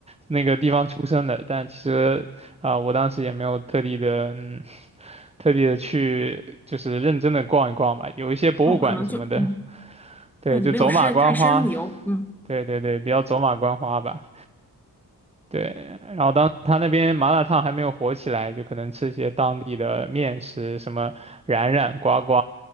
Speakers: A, on the right; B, in the centre.
A: 那个地方出生的，但其实啊、我当时也没有特地的，嗯，特地的去就是认真的逛一逛吧，有一些博物馆什么的，
B: 哦，可能就嗯，
A: 对，
B: 对你没有深太深入游，
A: 就走马观花，
B: 嗯。
A: 对对对，比较走马观花吧，对，然后当时他那边麻辣烫还没有火起来，就可能吃一些当地的面食，什么冉冉呱呱。